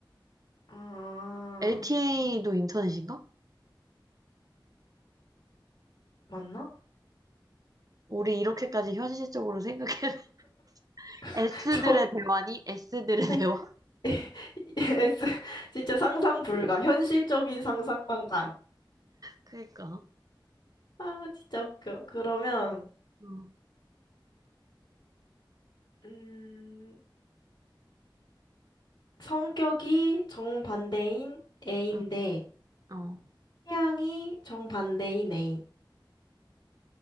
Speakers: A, on the left; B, on the right.
A: 아,
B: LTE도 인터넷인가?
A: 맞나?
B: 우리 이렇게까지 현실적으로 생각해. <laughs> S들의
A: <laughs> 저,
B: 대화니? S들의
A: <laughs>
B: 대화?
A: S, 진짜 상상 불가. 현실적인 상상만 간.
B: 그니까.
A: 아, 진짜 웃겨. 그러면,
B: 응,
A: 음, 성격이 정반대인 A인데
B: 응, 어.
A: 취향이 정반대인 A인.